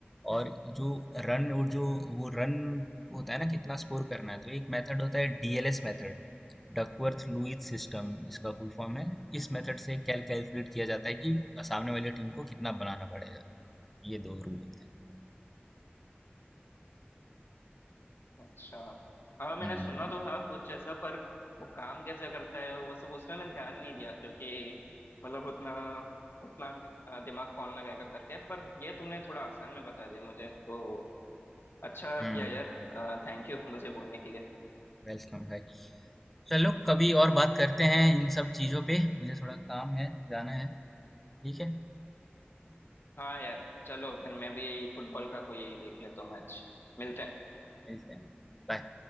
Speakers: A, in the centre; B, on the left (about 70°).
A: और जो रन और जो वो रन होता है ना कितना स्कोर करना है तो एक मेथड होता है DLS method Duckworth Lewis system इसका फुल फॉर्म है इस मेथड से कैल कैलकुलेट किया जाता है कि सामने वाली टीम को कितना बनाना पड़ेगा ये दो रूल होते हैं
B: अच्छा हाँ मैंने
A: हम्म
B: सुना तो था कुछ ऐसा पर वो काम कैसे करता है और वो सब उसमें मैं ध्यान नहीं दिया क्योंकि मतलब उतना उतना अ, दिमाग कौन लगाएगा करके पर ये तुमने थोड़ा आसान में बता दिया मुझे तो अच्छा
A: हम्म
B: किया यार थैंक यू मुझे बोलने के लिए
A: वेलकम भाई चलो कभी और बात करते हैं इन सब चीजों पे मुझे थोड़ा काम है जाना है ठीक है
B: हाँ यार चलो फिर मैं भी फुटबॉल का कोई देख लेता हूँ मैच मिलते हैं
A: मिलते हैं बाय